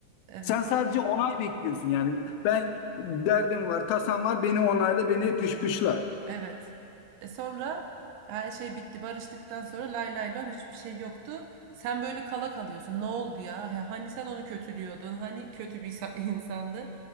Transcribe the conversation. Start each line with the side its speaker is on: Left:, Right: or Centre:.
Right: evet,
Left: Sen sadece onay bekliyorsun yani. Ben derdim var, tasam var, beni onayla, beni pışpışla.
Right: evet. E sonra her şey bitti. Barıştıktan sonra lay lay lom hiçbir şey yoktu. Sen böyle kala kalıyorsun. Ne oldu ya? He, Hani sen onu kötülüyordun? Hani kötü bir insa- <laughs> insandı?